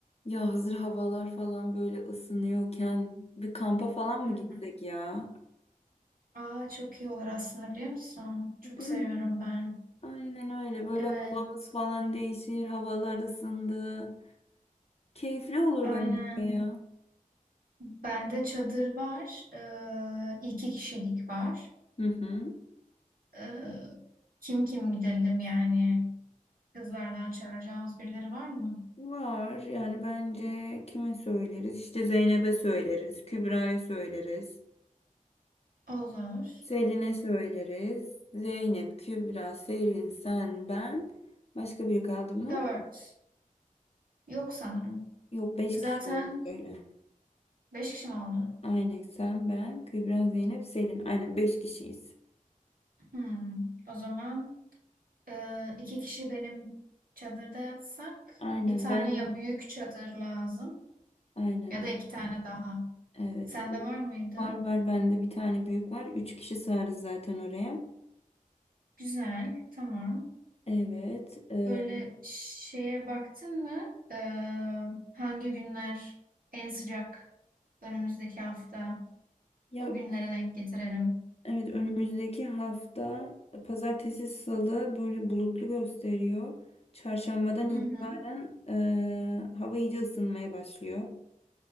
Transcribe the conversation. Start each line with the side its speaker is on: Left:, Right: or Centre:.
Left: Ya hazır havalar falan böyle ısınıyorken bir kampa falan mı
Right: Hı hı.
Left: gitsek ya?
Right: Aa, çok iyi olur aslında biliyor musun? Çok
Left: Değil
Right: seviyorum
Left: mi?
Right: ben.
Left: Aynen öyle. Böyle
Right: Evet,
Left: havamız falan değişir, havalar ısındı. Keyifli olur
Right: aynen.
Left: bence de ya.
Right: Bende çadır var. Ee, iki kişilik var.
Left: Hı hı.
Right: Ee, kim kim gidelim yani? Kızlardan çağıracağımız birileri var mı?
Left: Var yani bence kime söyleriz? İşte Zeynep'e söyleriz, Kübra'ya söyleriz,
Right: Olur.
Left: Selin'e söyleriz. Zeynep, Kübra, Selin, sen, ben. Başka biri kaldı mı?
Right: Dört. Yok sanırım.
Left: Yok beş
Right: Zaten
Left: kişi öyle.
Right: beş kişi mi oldu?
Left: Aynen sen, ben, Kübra, Zeynep, Selin. Aynen beş kişiyiz.
Right: Hmm. O zaman e, iki kişi benim çadırda yatsak
Left: Aynen
Right: bir tane
Left: ben.
Right: ya büyük çadır lazım
Left: Aynen.
Right: ya da iki tane daha.
Left: Evet.
Right: Sende var mıydı?
Left: Var var bende bir tane büyük var. Üç kişi sığarız zaten oraya.
Right: Güzel, tamam.
Left: Evet. e,
Right: Böyle şeye baktın mı? Ee, hangi günler en sıcak önümüzdeki hafta?
Left: ya
Right: O günlere denk getirelim.
Left: evet önümüzdeki hafta pazartesi salı böyle bulutlu gösteriyor. Çarşambadan
Right: Hı hı.
Left: itibaren e, hava iyice ısınmaya başlıyor.